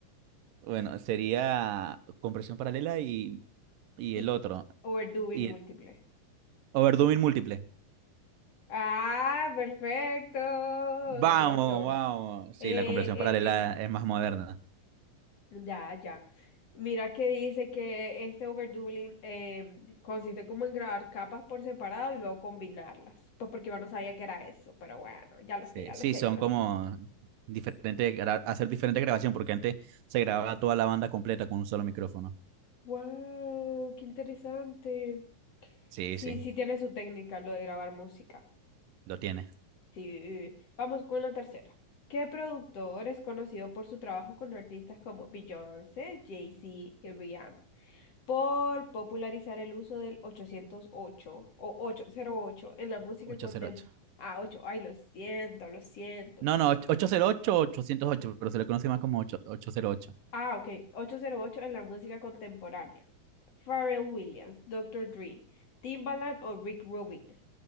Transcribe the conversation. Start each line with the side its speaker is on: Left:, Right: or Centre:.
Right: Bueno, sería compresión paralela y, y
Left: Y
Right: el otro.
Left: overdubbing
Right: Y
Left: múltiple.
Right: el overdubbing múltiple.
Left: Ah, perfecto.
Right: Vamos,
Left: Aplauso.
Right: vamos. Sí,
Left: Eh,
Right: la compresión
Left: eh,
Right: paralela
Left: eh.
Right: es más moderna.
Left: Ya, ya. Mira que dice que este overdubbling em, consiste como en grabar capas por separado y luego combinarlas. Pues porque yo no sabía que era eso, pero bueno, ya lo
Right: Sí,
Left: sé, ya
Right: sí,
Left: lo sé,
Right: son
Left: ya lo
Right: como
Left: sé.
Right: diferentes, gra- hacer diferentes grabaciones, porque antes se grababa toda la banda completa con un solo micrófono.
Left: Wow, qué interesante.
Right: Sí,
Left: Sí,
Right: sí,
Left: sí tiene su técnica lo de grabar música.
Right: lo tiene.
Left: Sí, vamos con la tercera. ¿Qué productor es conocido por su trabajo con artistas como Beyoncé, Jay-Z y Rihanna por popularizar el uso del 808 o 808 en la música
Right: ochocientos
Left: contemporánea?
Right: ocho.
Left: Ah, 8, ay, lo siento, lo siento.
Right: No, no, 808, o 808, pero se le conoce más como ocho- 808.
Left: Ah, ok, 808 en la música contemporánea. Pharrell Williams, Doctor Dre, Timbaland o Rick Rubin.